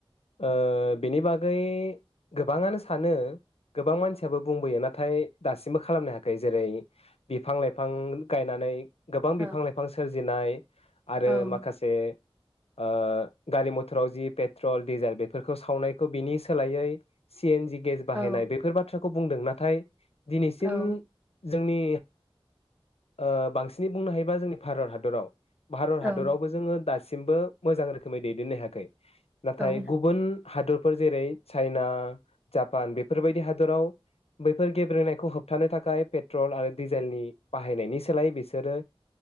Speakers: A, on the left; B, on the right.
A: ओ बेनि बागै गोबाङानो सानो गोबां मानसियाबो बुंबोयो नाथाय दासिमबो खालामनो हायाखै। जेरै बिफां लाइफां गायनानै गोबां
B: नामा?
A: बिफां
B: औ
A: लाइफां सोरजिनाय आरो
B: औ
A: माखासे ओ गारि मथराव जि पेट्रल रिजाल बेफोरखौ सावनायखौ बिनि सोलायै सि एन जि गेस बाहायनाय
B: औ
A: बेफोर बाथ्राखौ बुंदों। नाथाय दिनैसिम
B: औ
A: जोंनि ओ बांसिनै बुंनो हायोबा जोंनि भारत हादराव भारत
B: औ
A: हादरावबो जोङो दास सिमबो मोजां रोखोमै दैदेननो हायाखै। नाथाय
B: औ
A: गुबुन हादरफोर जेरै चाइना, जापान बेफोरबायदि हादराव बैफोर गेब्रेनायखौ होबथानो थाखाय पेट्रल आरो डिजेलनि बाहायनायनि सोलायै बिसोरो